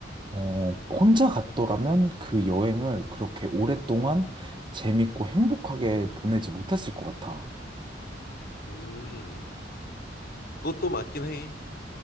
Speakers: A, on the right (about 25°); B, on the left (about 55°).
A: 어, 혼자 갔더라면 그 여행을 그렇게 오랫동안 재밌고 행복하게 보내지 못했을 것 같아.
B: 음. 그것도 맞긴 해.